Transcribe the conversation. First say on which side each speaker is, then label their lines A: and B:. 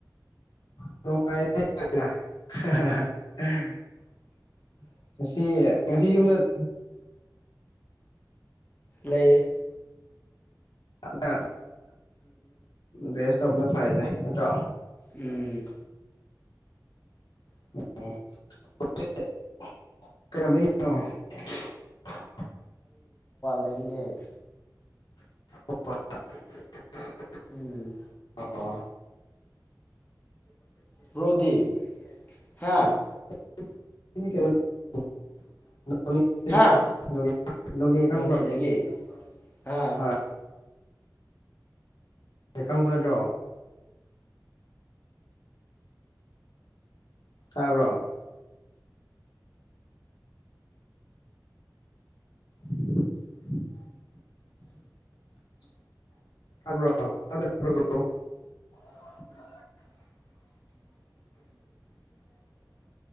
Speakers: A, on the left; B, on the left.
A: ꯉ <unintelligible> ꯁꯤ ꯉꯁꯤ ꯌꯨꯝꯗꯕ
B: ꯂꯩ
A: ꯌ ꯔꯦꯁ ꯇꯧꯕꯅ ꯐꯔꯦꯗ ꯅꯠꯇ꯭ꯔꯣ
B: ꯎꯝ
A: ꯎꯝ ꯀꯣ
B: ꯑꯗꯒꯤꯅꯦ
A: ꯑꯣ
B: ꯎꯝ
A: ꯑꯣ
B: ꯔ꯭ꯔꯣꯗꯤ ꯍꯥꯦ
A: <unintelligible>
B: ꯍꯥ
A: ꯅꯣꯅꯦ ꯈꯪꯕ꯭ꯔꯥ
B: ꯅꯣꯅꯦꯗꯒꯤ ꯑꯥ
A: ꯍꯣꯏ ꯂꯩꯈꯪꯕꯅꯦꯗꯣ ꯇꯥꯔꯣ <unintelligible> <unintelligible> ꯕ꯭ꯔ